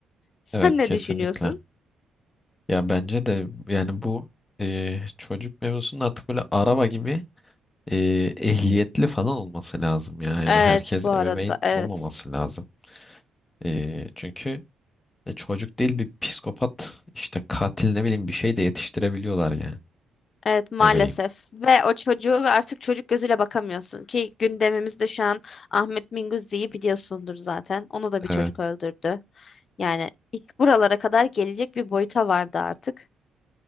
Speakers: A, on the left; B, on the left.
A: Sen
B: Evet
A: ne
B: kesinlikle.
A: düşünüyorsun?
B: Ya bence de yani bu e, çocuk mevzusunun artık böyle araba gibi e, ehliyetli falan olması lazım ya. Yani
A: Evet
B: herkes
A: bu arada
B: ebeveyn
A: evet.
B: olmaması lazım. E, çünkü e, çocuk değil bir psikopat işte katil ne bileyim bir şey de yetiştirebiliyorlar yani.
A: Evet maalesef
B: Ne bileyim.
A: ve o çocuğu artık çocuk gözüyle bakamıyorsun ki gündemimizde şu an Ahmet Minguzzi'yi biliyorsundur zaten. Onu da bir
B: Evet,
A: çocuk öldürdü. Yani ilk buralara kadar gelecek bir boyuta vardı artık.